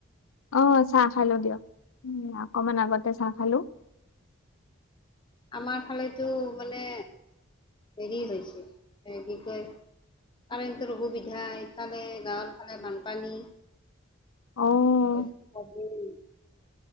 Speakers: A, on the left; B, on the left.
A: অ' চাহ খালোঁ দিয়ক, উম, অকমান আগতে চাহ খালোঁ।
B: আমাৰ ফালেতো মানে হেৰি হৈছে এই কি কয়। কাৰেণ্টৰ অসুবিধা, ইফালে গাঁৱৰ ফালে বানপানী। কাৰেণ্ট
A: অ'
B: হ'বই